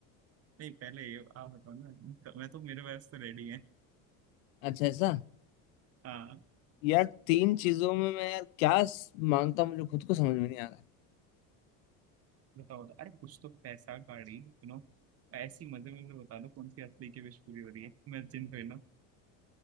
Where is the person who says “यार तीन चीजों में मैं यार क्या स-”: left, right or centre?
Left